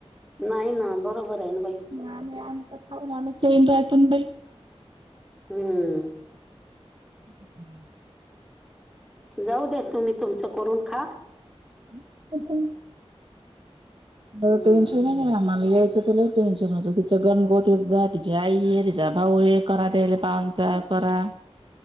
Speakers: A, in the centre; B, on the right (about 50°).
A: नाही ना बरोबर आहे ना बाई
B: आम्ही आमचा खाऊन आम्ही न राहतून बाई
A: हम्म
B: <inaudible>
A: जाऊ दे तुम्ही तुमचं करून खा
B: <unintelligible>
A: हम्म
B: म टेन्शन नाही आम्हाला यायचं तुला टेनशन होत तिचा गणगोत तिच्या आई ये तिचा भाऊ ये करा त्याले पाहनचा करा